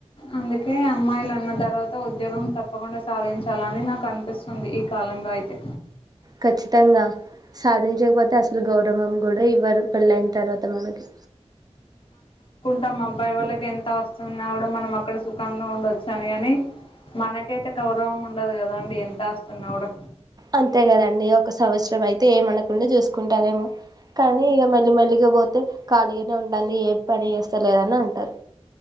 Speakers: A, on the left; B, on the right.
A: అందుకే అమ్మాయిలు అన్న తర్వాత ఉద్యోగం తప్పకుండా సాధించాలని నాకు అనిపిస్తుంది ఈ కాలంలో అయితే
B: ఖచ్చితంగా సాధించకపోతే అసలు గౌరవం కూడా ఇవ్వరు పెళ్లయిన తర్వాత మనకి
A: తమ అబ్బాయి వాళ్ళకి ఎంత ఆస్తి ఉన్న కూడా మనం అక్కడ సుఖంగా ఉండొచ్చు తనీ అని మనక్ చేస్తే గౌరవం ఉండదు కదా అండి ఎంత ఆస్తి ఉన్నా కూడా
B: అంతే కదండి ఒక సంవత్సరం అయితే ఏమనకుండా చూసుకో కుంటారేమో కానీ ఇక మెల్లి మెల్లిగా పోతే ఖాళీగానే ఉంటాంది ఏ పని చేస్త సర్లేదన అంటారు